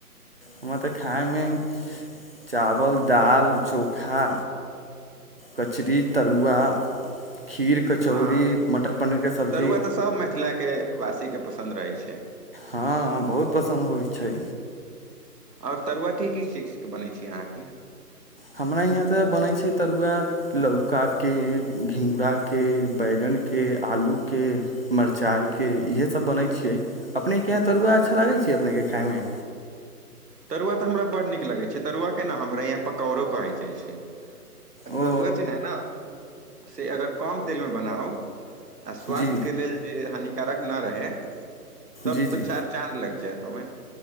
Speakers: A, on the right; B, on the right.
A: हमरा तऽ खायमे चावल दाल चोखा कचरी तरुआ खीर कचौड़ी
B: हँ
A: मटर पनीर के सब्जी
B: तरुआ तऽ सभ मिथिलाके वासीके पसन्द रहै छै
A: हँ बहुत पसन्द होय छै
B: आओर तरुआ किस चीज के बनै छै अहाँके
A: हमरा यहाँ तऽ बनै छै तरुआ लौका के घिउराके बैगनके आलूके मरचाइके इएहे सभ बनै छियै अपनेके यहाँ तरुआ अच्छा लागै छै अपनेके खायमे
B: तरुआ तऽ हमरा बड्ड नीक लगै छै तरुआ केना हमरा यहाँ पकौड़ो कहै जाइ छै आ
A: ओ
B: तरुआ जे है ने से अगर कम तेलमे बनाउ आ स्वास्थ्य
A: जी
B: के लेल जे हानिक कारक न रहे तब
A: जी जी
B: तऽ चार चाँद लग जैत तऽ मे